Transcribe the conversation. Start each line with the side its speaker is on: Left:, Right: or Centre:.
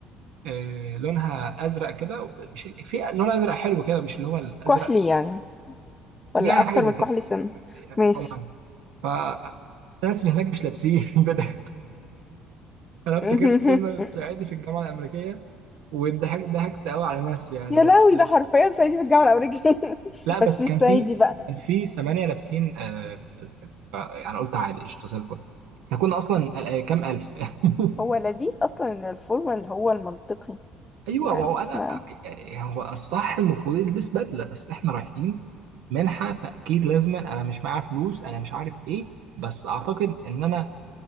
Right: آه، لونها ازرق كده وب- مش في لون ازرق حلو كده مش اللي هو الازرق
Left: كحلي يعني ولا
Right: يعني
Left: اكتر
Right: حاجه زي
Left: من كحلي
Right: كده
Left: سنة
Right: آه،
Left: ماشي
Right: او معنى فالناس اللي هناك مش لابسين <laughs> بدل انا
Left: <laughs>
Right: افتكرت فيلم صعيدي في الجامعه الامريكيه وضحكت ضحكت قوي على نفسي يعني
Left: يا
Right: بس
Left: لهوي ده حرفيا صعيدي في الجامعة الأمريكية <laughs>
Right: لا بس
Left: بس مش
Right: كان
Left: صعيدي
Right: في
Left: بقى
Right: كان في ثمانيه لابسين آه، بدل كده ف- يعني قلت عادي قشطه زي الفل احنا كنا اصلا ال- كام الف <laughs>
Left: هو لذيذ أصلا إن الفورمال هو المنطقي
Right: ايوه
Left: يعني
Right: ما هو انا
Left: احنا
Right: يعني هو الصح المفروض يلبس بدله بس احنا رايحين منحه فاكيد لازما انا مش معايا فلوس انا مش عارف ايه بس اعتقد ان انا